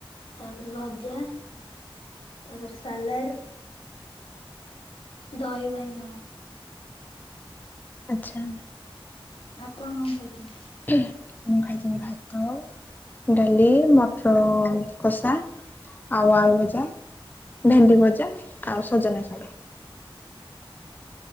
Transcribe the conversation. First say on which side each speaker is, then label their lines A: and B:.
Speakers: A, on the left (about 80°); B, on the left (about 20°).
A: ତାପରେ ଭଜା ତାପରେ ସାଲାଟ ଦହିବାଇଗଣ
B: ଆଚ୍ଛା।
A: ଆପଣ କଣ ଖାଇଛନ୍ତି?
B: ମୁଁ ଖାଇଥିଲି ଭାତ ଡାଲି ମଟର କଷା ଆଉ ଆଳୁ ଭଜା ଭେଣ୍ଡି ଭଜା ଆଉ ସଜନା ଶାଗ।